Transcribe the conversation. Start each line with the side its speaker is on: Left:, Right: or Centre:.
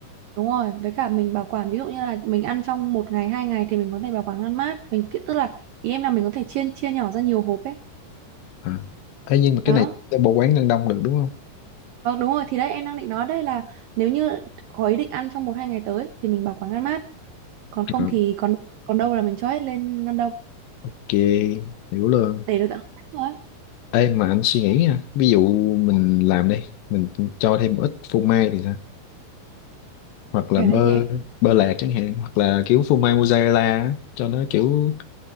Right: đúng rồi với cả mình bảo quản ví dụ như là mình ăn trong một ngày hai ngày thì mình có thể bảo quản ngăn mát mình ki- tức là ý em là mình có thể chia chia nhỏ ra nhiều hộp ấy
Left: à ấy nhưng mà cái
Right: đó
Left: này để bảo quản ngăn đông được đúng không
Right: Vâng đúng rồi thì đấy em đang định nói đây là nếu như có ý định ăn trong một hai ngày tới thì mình bảo quản ngăn mát còn không
Left: à,
Right: thì còn còn đâu là mình cho hết lên ngăn đông
Left: ok hiểu luôn
Right: để được tận một tháng rồi á.
Left: ê mà anh suy nghĩ nha ví dụ mình làm đi mình cho thêm một ít phô mai thì sao hoặc là
Right: cái
Left: bơ
Right: đấy thì em
Left: bơ lạc chẳng hạn hoặc là kiểu phô mai mozzarella á, cho nó kiểu